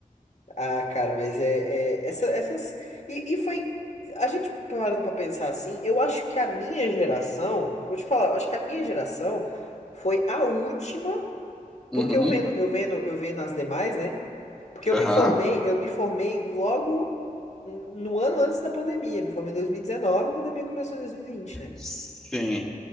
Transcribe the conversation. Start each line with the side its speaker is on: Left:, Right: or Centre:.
Left: Ah, cara, mas é, é- essa, essas. E, e foi. A gente parando pra pensar assim, eu acho que a minha geração, vou te falar, eu acho que a minha geração foi a última. Porque
Centre: Uhum.
Left: eu vendo, eu vendo, eu vendo as demais, né? Porque eu
Centre: Aham.
Left: me formei, eu me formei logo no ano antes da pandemia. Me formei em 2019, a pandemia começou em dois mil e vinte né?
Centre: Sim.